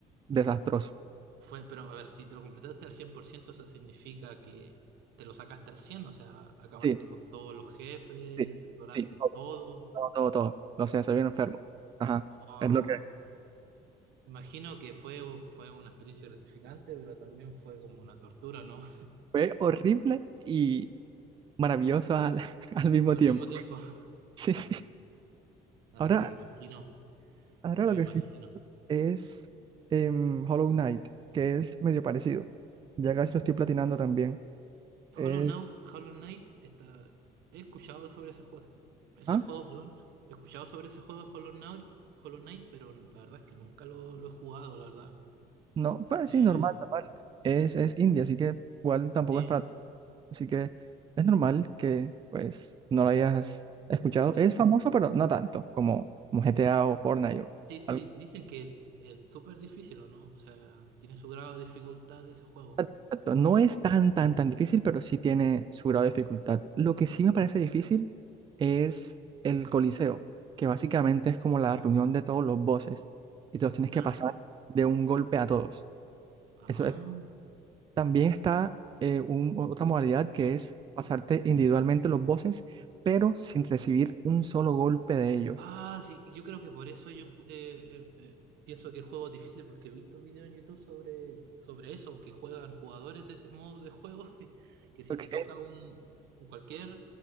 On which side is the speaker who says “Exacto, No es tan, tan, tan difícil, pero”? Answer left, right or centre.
Right